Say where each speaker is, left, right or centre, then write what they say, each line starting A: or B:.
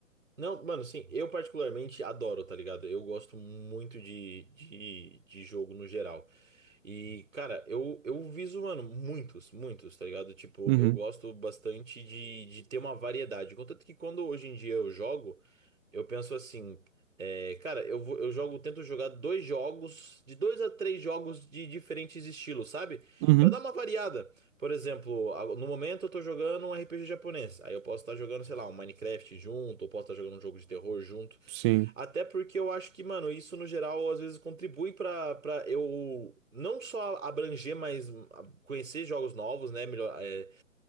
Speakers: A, on the right; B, on the right.
A: Não, mano, sim, eu particularmente adoro, tá ligado? Eu gosto muito de, de, de jogo no geral. E, cara, eu, eu viso, mano, muitos, muitos, tá ligado? Tipo,
B: Uhum.
A: eu gosto bastante de, de ter uma variedade. Contanto que quando hoje em dia eu jogo, eu penso assim, é, cara, eu vou, eu jogo, tento jogar dois jogos, de dois a três jogos de diferentes estilos, sabe?
B: Uhum.
A: Pra dar uma variada. Por exemplo, a- no momento eu tô jogando um RPG japonês. Aí eu posso estar jogando, sei lá, um Minecraft junto, ou posso estar jogando um jogo de terror junto.
B: Sim.
A: Até porque eu acho que, mano, isso no geral às vezes contribui pra, pra eu não só abranger, mas hum, a- conhecer jogos novos, né? Melhor, é,